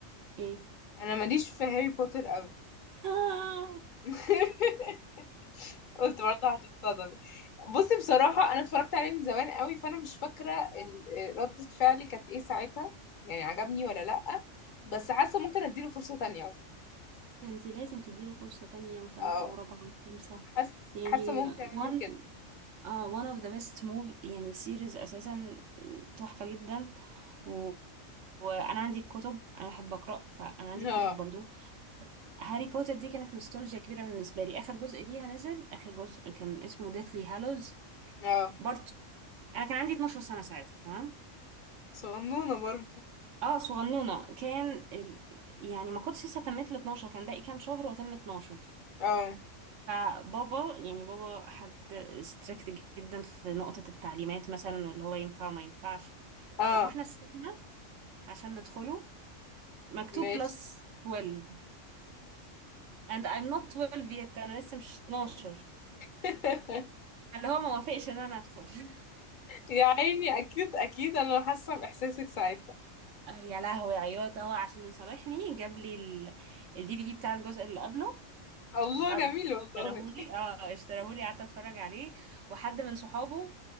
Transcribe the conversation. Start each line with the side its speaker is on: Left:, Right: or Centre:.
Right: ايه
Left: انا ماليش في هاري بوتر قوي
Right: <laughs>
Left: <laughs> قلت برضه هتتصدمي بصي بصراحه انا اتفرجت عليه من زمان قوي فانا مش فاكره ال- ردة فعلي كانت ايه ساعتها يعني عجبني ولا لأ بس حاسه ممكن اديله فرصه تانية عموما
Right: ده انتي لازم تديله فرصة تانية وتالتة
Left: اه
Right: ورابعة وخمسة
Left: حاسه
Right: يعني
Left: حاسه ممكن
Right: one
Left: اعمل كده
Right: اه one of the best movie يعني series اساسا تحفة جدا و... وانا عندي الكتب انا بحب اقرا فانا عندي
Left: <laughs>
Right: الكتب
Left: اه
Right: برضو هاري بوتر دي كانت نوستالجيا كبيرة بالنسبة لي آخر جزء ليها نزل آخر جزء كان اسمه ديثلي هالوز
Left: اه
Right: بارت أنا كان عندي 12 سنة ساعتها تمام
Left: صغنونه برضه
Right: اه صغنونة كان ال... يعني ما كنتش لسه تميت ال 12 كان باقي كام شهر وأتم 12
Left: اه
Right: فبابا يعني بابا حد ستريكت جدا في نقطة التعليمات مثلا واللي هو ينفع وما ينفعش
Left: اه
Right: فلما رحنا السينما عشان ندخله مكتوب
Left: ماشي
Right: بلس 12 and I'm not 12 yet أنا لسه مش 12
Left: <laughs>
Right: اللي هو ما وافقش ان انا ادخل
Left: يا عيني اكيد اكيد انا حاسه باحساسك ساعتها
Right: آه، يا لهوي عياط اهو عشان يصالحني جاب لي الدي في دي بتاع الجزء اللي قبله
Left: الله
Right: قعد
Left: جميل والله
Right: اشتراهولي اه اشتراهولي قعدت اتفرج عليه وحد من صحابه